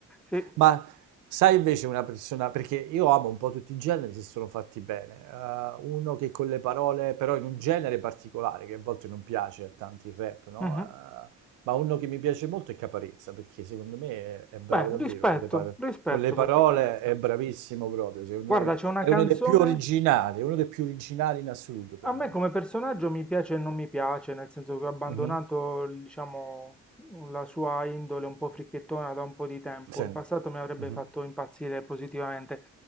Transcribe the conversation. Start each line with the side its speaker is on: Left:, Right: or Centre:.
Centre: Sì.
Right: Ma sai invece una persona, perché io amo un po' tutti i generi se sono fatti bene, eh, uno che con le parole, però in un genere particolare, che a volte non piace a tanti il rap, no?
Centre: Mhm.
Right: Eh, ma uno che mi piace molto è Caparezza, perché secondo me è, è bravo
Centre: Beh,
Right: davvero,
Centre: rispetto,
Right: con le, pa-
Centre: rispetto
Right: con le
Centre: perché
Right: parole
Centre: parezza.
Right: è bravissimo proprio, secondo
Centre: Guarda,
Right: me
Centre: c'è una
Right: è
Centre: canzone.
Right: uno dei più originali, è uno dei più originali in assoluto per
Centre: A me
Right: me.
Centre: come personaggio mi piace e non mi piace, nel senso che ho abbandonato,
Right: Mhm.
Centre: diciamo, la sua indole un po' fricchettona da un po' di tempo.
Right: Sì.
Centre: In passato mi avrebbe
Right: Mhm.
Centre: fatto impazzire positivamente.